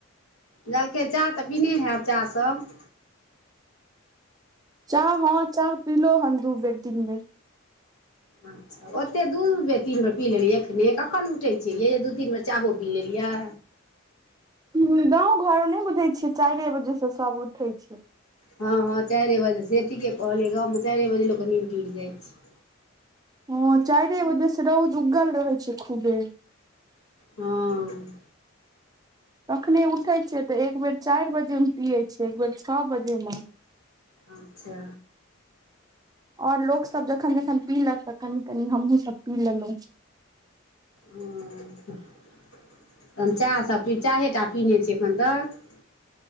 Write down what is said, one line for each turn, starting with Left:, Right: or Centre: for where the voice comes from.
Left: दलकै चाह तऽ बीने हयब चाह सभ।
Right: चाह हँ चाह पीलो हन दूबे दिनमे।
Left: अच्छा, ओते दू बेर तीन बेर पी लेलै एखने कखन उठै छियै दू तीन बेर। चाहो पी लेलियै।
Right: ह गाव घर नहि बुझै छियै चारे बजे से सभ उठै छै।
Left: हँ, हँ, चारि बजे से ठीके कहलियै गाममे चारि बजे लोकके नीद टुटि जाइत छै।
Right: हँ, चाह रहे बजे रौद उगल रहे छै खूबे।
Left: हँ।
Right: कखने उठै छियै तऽ एकबर चारि बजेमे पियै छियै एक बेर छओ बजेमे।
Left: अच्छा।
Right: आओर लोक सभ जखन जखन पीलक तऽ कनी कनि हमहुँ सभ पी लेलहुँ।
Left: ओ तहन चाह सभ चाहेटा पिन्हने छै एखन तक।